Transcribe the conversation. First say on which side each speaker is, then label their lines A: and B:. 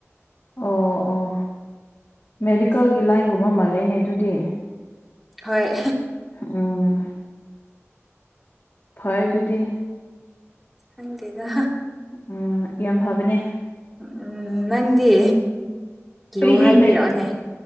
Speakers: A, on the left (about 55°); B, in the centre.
A: ꯑꯣ ꯑꯣ ꯃꯦꯗꯤꯀꯦꯜꯒꯤ ꯂꯥꯏꯟꯒꯨꯝꯕ ꯃꯥꯜꯂꯦꯅꯦ ꯑꯗꯨꯗꯤ
B: ꯍꯣꯏ
A: ꯎꯝ ꯐꯣꯏ ꯑꯗꯨꯗꯤ
B: ꯍꯗꯦꯗ
A: ꯎꯝ ꯌꯥꯝ ꯐꯕꯅꯦ
B: ꯎꯝ ꯅꯪꯗꯤ ꯂꯨ
A: ꯑꯩꯗꯤ
B: ꯍꯥꯏꯕꯤꯔꯛꯑꯣꯅꯦ
A: ꯃꯦ